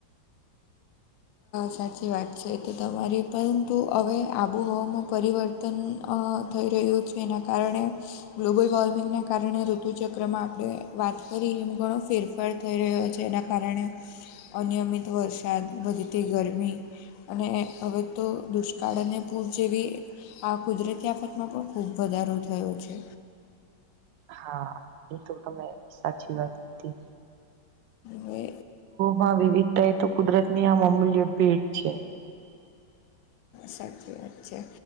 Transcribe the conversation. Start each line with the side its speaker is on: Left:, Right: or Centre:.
Left: સાચી વાત છે તો તમારે પરંતુ હવે આબોહવામાં પરિવર્તન વતન થઈ રહ્યું છે એના કારણે ગ્લોબલ વોર્મિંગના કારણે ઋતુચક્રમાં આપણે વાત કરી એમ ઘણો ફેરફાર થઈ રહ્યો છે એના કારણે અનિયમિત વરસાદ વધીતી ગરમી અને હવે તો દુષ્કાળ અને પૂર જેવી આ કુદરતી આફતમાં પણ ખૂબ વધારો થયો છે.
Right: હા એ તો તમે સાચી વાત હતી.
Left: હવે
Right: માં વિવિધતા એ તો કુદરત ની આ અમૂલ્ય ભેટ છે.
Left: સાચી વાત છે